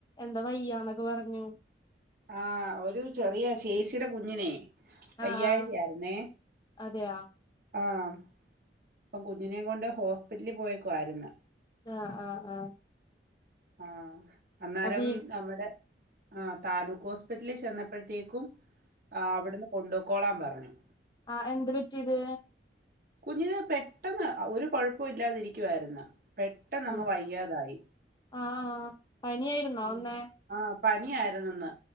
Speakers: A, on the left; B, on the right.
A: എന്താ വയ്യാന്നൊക്കെ പറഞ്ഞു.
B: ആഹ് ഒരു ചെറിയ ചേചിയുടെ കുഞ്ഞിനെ. വയ്യാഴിക
A: ആഹ് ആഹ്
B: ആയിരുന്നെ.
A: അതെയാ
B: ആഹ്. അപ്പം കുഞ്ഞിനേം കൊണ്ട് ഹോസ്പിറ്റലിൽ പോയേക്ക്വായിരുന്നു.
A: ആഹ് ആഹ് ആഹ്
B: ആഹ് അന്നേരം
A: അവി
B: നമ്മടെ. ആഹ് താലൂക്ക് ഹോസ്പിറ്റലിൽ ചെന്നപ്പഴത്തേക്കും. ആഹ് അവിടുന്ന് കൊണ്ടൊക്കോളാൻ പറഞ്ഞു.
A: ആഹ്. എന്ത് പറ്റീത്.
B: കുഞ്ഞിന് പെട്ടെന്ന് ഒരു കൊഴപ്പോം ഇല്ലാതിരിക്കുവാരുന്ന്. പെട്ടന്നങ്ങ്
A: ആഹ്
B: വയ്യാതായി.
A: ആഹ് പനിയായിരുന്നോ
B: ഉം
A: വന്നേ
B: ആഹ്. പനിയാരുന്നെന്ന്.